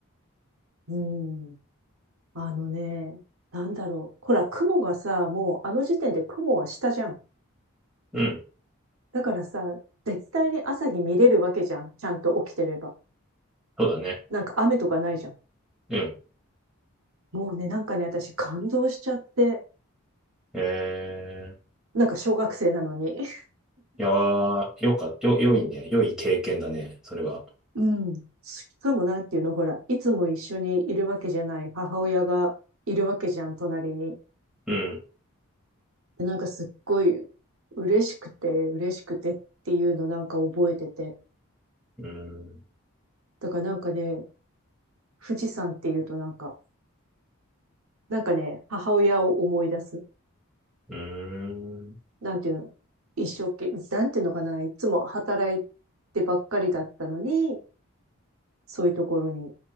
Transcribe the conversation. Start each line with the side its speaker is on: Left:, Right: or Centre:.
Right: うん。あのね、なんだろう。ほら、雲がさ、もうあの時点で雲は下じゃん。
Centre: うん。
Right: だからさ、絶対に朝日見れるわけじゃん。ちゃんと起きてれば。
Centre: そうだね。
Right: なんか雨とかないじゃん。
Centre: うん。
Right: もうね、なんかね、私感動しちゃって。
Centre: へえ、
Right: なんか小学生なのに。<laughs>
Centre: いやー、よか、よ、良いね。良い経験だね。それは。
Right: うん。しかもなんていうの、ほら、いつも一緒にいるわけじゃない母親がいるわけじゃん、隣に。
Centre: うん。
Right: で、なんかすっごい嬉しくて、嬉しくてっていうのなんか覚えてて。
Centre: うん。
Right: だからなんかね、富士山っていうとなんか、なんかね、母親を思い出す。
Centre: うーん。
Right: なんていうの、一生懸命、なんていうのかな、いつも働いてばっかりだったのに、そういうところに